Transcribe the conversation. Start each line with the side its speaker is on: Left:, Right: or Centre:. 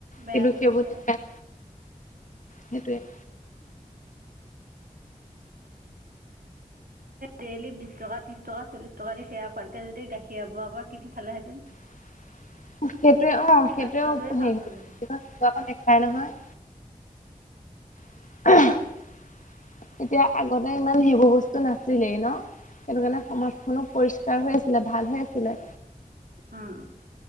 Right: বেয়াটোহে
Left: কিন্তু সেইবোৰ
Right: খায়।
Left: <unintelligible> সেইটোৱে।
Right: ডেইলি বিশ টকা ত্ৰিশ টকা চল্লিশ টকা দি সেয়ালকে যদি গাখীৰ হব এপোৱাকে কিনি খালেহেঁন।
Left: <inaudible> সেইটোৱে অ সেইটোৱে
Right: স্বাস্থ্যটোৱে ভাল
Left: হেৰি
Right: হ'লহেঁতেন।
Left: সেইটো আক নেখাই নহয়। <unintelligible> এতিয়া আগতে ইমান সেইবোৰ বস্তু নাছিলেই ন? সেইটো কাৰণে সমাজখনো পৰিষ্কাৰ হৈ আছিলে ভাল হৈ আছিলে।
Right: উম।